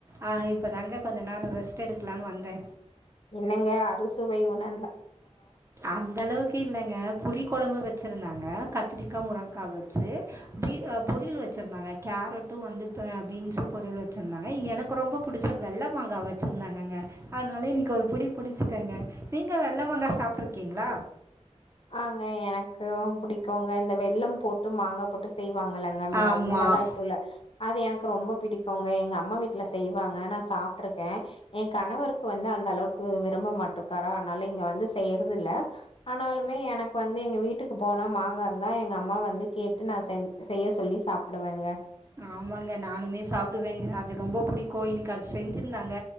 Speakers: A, on the right (about 25°); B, on the left (about 50°).
A: ஆ இப்போ தாங்க கொஞ்ச நேரோ ரெஸ்ட் எடுக்கலான்னு வந்த
B: என்னங்க அறுசுவை உணந்தா
A: அந்தளவுக் க்கு இல்லங்க புளி கொழம்பு வெச்சுருந்தாங்க கத்திரிக்கா முருங்கா வெச்சு பீ பொரியல் வெச்சுருந்தாங்க கேரட்டு வந்து இப்ப பீன்ஸு பொரியல் வெச்சுருந்தாங்க எனக்கு ரொம்போ புடுச்ச வெள்ள மாங்கா வெச்சுருந்தாங்கங்க அதனால இன்னிக்கு ஒரு புடி புடுச்சுட்டேங்க நீங்க வெள்ள மாங்கா சாப் சாப்ட்ருக்கீங்களா
B: ஆங்க எனக்கு புடிக்குங்க இந்த வெள்ளம் போட்டு மாங்கா போட்டு செய்வாங்களங்க மிள
A: ஆமாம்
B: மிளகாய் தூள்ல அது எனக் கு ரொம்ப புடிக்குங்க எங்க அம்மா வீட்ல செய்வாங்க நா சாப்ட்ருக் க எ கணவருக் கு வந்து அந்த அளவுக்கு விரும்ப மாட்ருக்காரா அதனால இங்க வந்து செய்றது இல்ல ஆனாலு மே எனக்கு வந்து எங்க வீட்டுக்கு போனா மாங்கா இருந்தா எங்க அம்மா வந்து கேட்டு நா செஞ் செய்ய சொல்லி சாப்புடுவேங்க
A: ஆமாங்க நானுமே சாப்புடுவேங்க அது ரொம்போ புடிக்கு இன்னிக்கு அது செஞ்சுருந்தாங்க